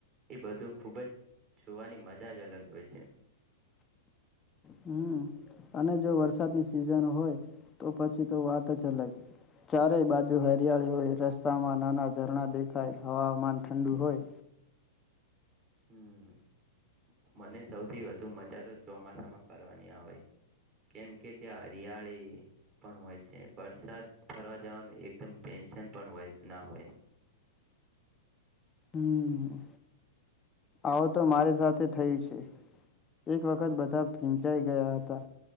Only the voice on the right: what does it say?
એ બધું ખુબ જ જોવાની મજા જ અલગ હોય છે
હમ મને સૌથી વધુ મજા તો ચોમાસામાં ફરવાની આવે કેમ કે ત્યાં હરિયાળી પણ હોય છે વરસાદ ફરવા જવાનું એકદમ ટેન્શન પણ હો ના હોય